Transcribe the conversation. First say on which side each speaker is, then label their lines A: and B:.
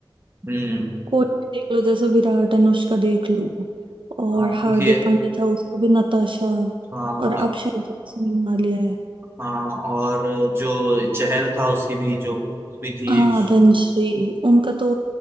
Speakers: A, on the right; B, on the right.
A: हम्म
B: कोई भी देख लो जैसे विराट अनुष्का देख लो और
A: हाँ
B: हार्दिक
A: उनके
B: पांड्या था उसको भी नताशा
A: हाँ
B: और अब शायद जैस्मिन मालिया है
A: हाँ और जो चहल था उसकी भी जो भी थी
B: हाँ
A: एक
B: धनश्री उनका तो